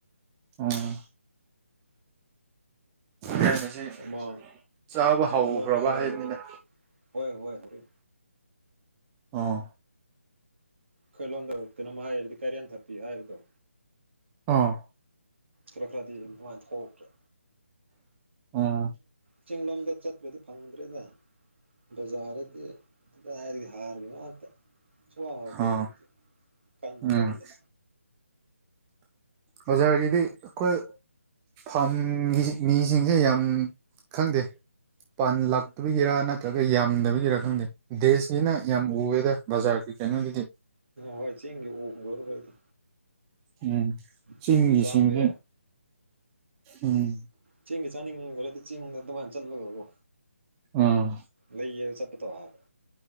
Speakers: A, on the right; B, on the right.
A: ꯎꯝ ꯍꯦꯟꯅ ꯁꯤ
B: ꯑꯃ
A: ꯆꯥꯕ ꯍꯧꯈ꯭ꯔꯕ
B: ꯂꯣꯟꯗ ꯍꯥꯏꯔꯗꯤ
A: ꯍꯥꯏꯕꯅꯤꯅꯦ
B: ꯍꯣꯏ ꯍꯣꯏ ꯍꯣꯏ
A: ꯑꯥ
B: ꯈꯣꯏꯂꯣꯝꯗ ꯀꯅꯣꯝ ꯍꯥꯏꯔꯗꯤ ꯀꯔꯤꯅ ꯊꯛꯄꯤ ꯍꯥꯏꯕꯗꯣ
A: ꯑꯥ
B: ꯀ ꯈ꯭ꯔꯗꯤ ꯏꯃꯥꯟ ꯊꯣꯛ꯭ꯔꯦ
A: ꯑꯣ
B: ꯆꯤꯡꯡꯂꯣꯝꯗ ꯆꯠꯇ꯭ꯔꯗꯤ ꯐꯪꯗ꯭ꯔꯦꯗ ꯕꯖꯥꯔꯗꯗꯤ ꯗꯥ ꯍꯥꯏꯔꯤꯒ ꯍꯥꯔꯒꯤ ꯉꯥꯛꯇ ꯁꯋꯥ ꯍꯥꯎꯇꯦꯕ
A: ꯑꯥ
B: ꯑꯗꯨꯗꯤ ꯀꯟ
A: ꯎꯝ
B: ꯀꯟꯅ
A: ꯑꯣꯖꯥꯔꯒꯤꯗꯤ ꯑꯩꯈꯣꯏ ꯐꯥꯝꯒꯤ ꯃꯤꯁꯤꯡꯁꯦ ꯌꯥꯝ ꯈꯪꯗꯦ ꯄꯥꯟ ꯂꯥꯛꯇꯕꯒꯤꯔ ꯅꯠꯇ꯭ꯔꯒ ꯌꯥꯝꯗꯕꯕꯤꯒꯤꯔ ꯈꯪꯗꯦ ꯗꯦꯁꯀꯤꯅ ꯌꯥꯝ ꯎꯑꯦꯗ ꯕꯖꯥꯔꯒꯤ ꯀꯩꯅꯣꯗꯨꯗꯤ
B: ꯍꯣꯏ ꯆꯤꯡꯒꯦ ꯎꯒꯔꯕꯗ
A: ꯎꯝ ꯆꯤꯡꯒꯤꯁꯤꯡꯁꯦ
B: ꯆꯦꯡꯒꯤ ꯆꯥꯒꯦ
A: ꯎꯝ
B: ꯆꯦꯡꯒꯤ ꯆꯥ ꯆꯤꯡꯗ ꯑꯗꯨꯃꯥꯟ ꯆꯜꯂꯒꯕꯣ
A: ꯑꯥ
B: ꯂꯩꯌꯦ ꯆꯠꯄ ꯊ ꯍꯥꯕ